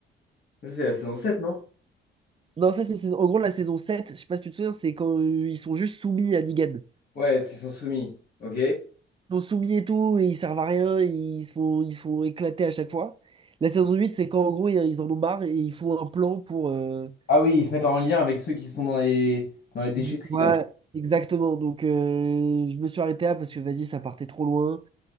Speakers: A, on the left (about 50°); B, on the right (about 25°).
A: Ça, c'est la saison 7 non?
B: Non, ça, c'est saison- en gros la saison sept Je sais pas si tu te souviens, c'est quand euh, ils sont juste soumis à Negan.
A: Ouais, c'est- ils sont soumis. Ok.
B: Ils sont soumis et tout, et ils servent à rien, et ils se font, ils se font éclater à chaque fois. La saison 8 c'est quand, en gros, ils ils en ont marre et ils font un plan pour, euh,
A: Ah oui, ils se mettent en lien avec ceux qui sont dans les dans les déchetteries
B: Ouais, ouais,
A: là.
B: exactement. Donc, euh, je me suis arrêté là parce que, vas-y, ça partait trop loin